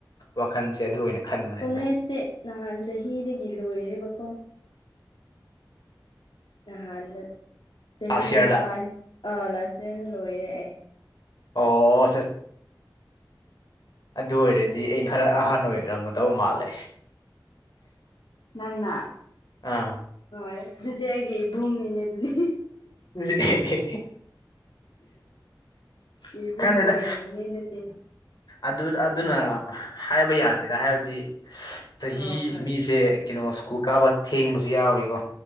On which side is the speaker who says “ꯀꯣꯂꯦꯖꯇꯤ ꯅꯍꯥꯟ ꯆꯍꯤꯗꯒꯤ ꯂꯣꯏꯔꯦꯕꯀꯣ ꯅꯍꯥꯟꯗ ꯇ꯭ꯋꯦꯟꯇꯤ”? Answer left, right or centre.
Left